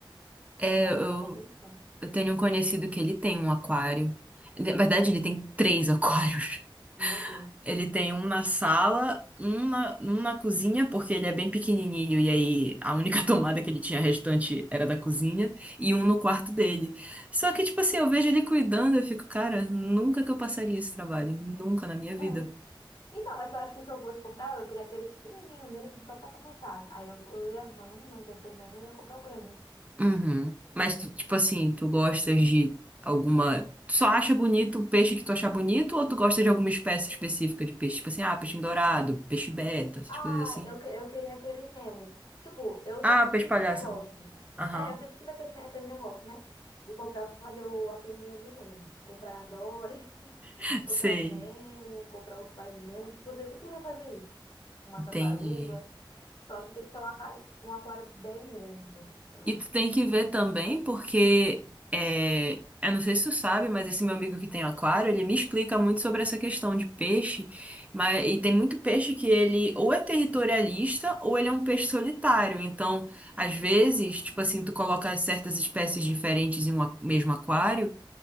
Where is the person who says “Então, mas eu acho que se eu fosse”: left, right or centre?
Left